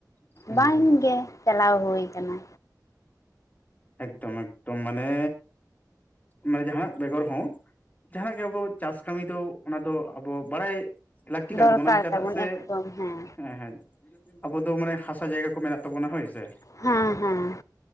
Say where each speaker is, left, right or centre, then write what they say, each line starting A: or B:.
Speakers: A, on the left; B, on the left.
A: ᱦᱩᱸ
B: ᱵᱟᱝ
A: ᱦᱩᱸ
B: ᱜᱮ ᱪᱟᱞᱟᱣ ᱦᱩᱭ ᱠᱟᱱᱟ᱾
A: ᱮᱠᱫᱚᱢ ᱮᱠᱫᱚᱢ ᱢᱟᱱᱮ ᱢᱟᱱᱮ ᱡᱟᱦᱟᱱᱟᱜ ᱵᱮᱜᱚᱨ ᱦᱚᱸ ᱡᱟᱦᱟᱸ ᱜᱮ ᱟᱵᱚ ᱪᱟᱥ ᱠᱟᱹᱢᱤ ᱫᱚ ᱚᱱᱟ ᱫᱚ ᱟᱵᱚ ᱵᱟᱲᱟᱭ ᱞᱟᱹᱠᱛᱤ ᱠᱟᱱ
B: ᱫᱚᱨᱠᱟᱨ
A: ᱛᱟᱵᱚᱱᱟ ᱪᱮᱫᱟᱜ
B: ᱛᱟᱵᱚᱱ
A: ᱥᱮ
B: ᱮᱠᱫᱚᱢ ᱦᱮᱸ
A: ᱦᱮᱸᱻ ᱦᱮᱸ ᱟᱵᱚ ᱫᱚ ᱢᱟᱱᱮ ᱦᱟᱥᱟ ᱡᱟᱭᱜᱟ ᱠᱚ ᱢᱮᱱᱟᱜ ᱛᱟᱵᱚᱱᱟ ᱦᱳᱭ ᱥᱮ
B: ᱦᱟᱸ ᱦᱟᱸ